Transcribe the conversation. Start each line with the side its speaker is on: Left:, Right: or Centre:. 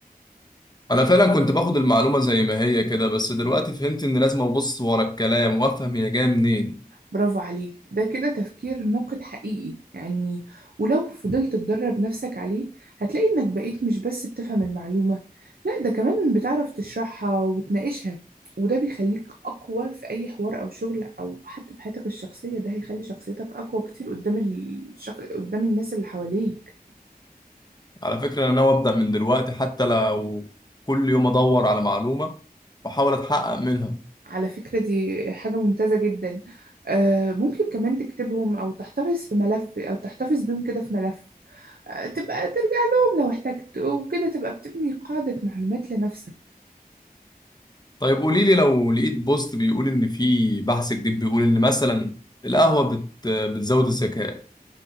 Left: انا فعلا كنت باخد المعلومه زي ما هي كده بس دلوقتي فهمت ان لازم ابص ورا الكلام وافهم هي جايه منين
Right: برافو عليك ده كده تفكير ناقد حقيقي يعني ولو فضلت تدرب نفسك عليه هتلاقي إنك بقيت مش بس بتفهم المعلومة لا ده كمان بتعرف تشرحها وتناقشها وده بيخليك أقوى في أي حوار أو شغل أو حتى في حياتك الشخصية ده هيخلي شخصيتك أقوى كتير قدام الشخ... قدام الناس اللي حواليك
Left: على فكره انا ناوي ابدا من دلوقتي حتى لو كل يوم ادور على معلومه واحاول اتحقق منها
Right: على فكرة دي حاجة ممتازة جدا آه ممكن كمان تكتبهم أو تحتفظ في ملف أو تحتفظ بيهم كده في ملف آه، تبقى ترجع لهم لو احتجت وكده تبقى بتبني قاعدة معلومات لنفسك
Left: طيب قولي لي لو لقيت بوست بيقول ان في بحث جديد بيقول ان مثلا القهوه بت... بتزود الذكاء